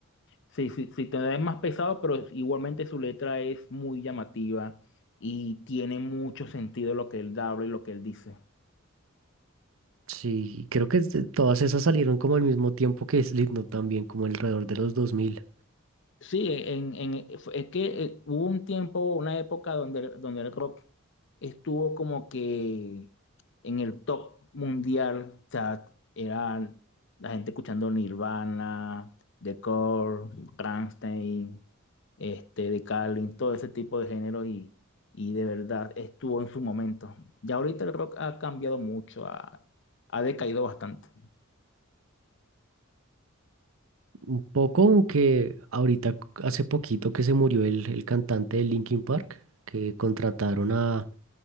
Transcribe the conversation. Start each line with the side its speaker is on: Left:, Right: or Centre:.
Left: Sí, sí, sí, todavía es más pesado, pero igualmente su letra es muy llamativa y tiene mucho sentido lo que él habla y lo que él dice.
Right: Sí, creo que es de- todas esas salieron como al mismo tiempo que Slipknot también, como alrededor de los dos mil.
Left: Sí, en, en- eh, fue- es que eh, hubo un tiempo, una época donde, el- donde el rock estuvo como que en el top mundial. O sea, era la gente escuchando Nirvana, The Core, Rammstein, este, The Carlin, todo ese tipo de géneros y, y de verdad estuvo en su momento. Ya ahorita el rock ha cambiado mucho, ha, ha decaído bastante.
Right: Un poco, aunque ahorita c- hace poquito que se murió el, el cantante de Linkin Park, que contrataron a,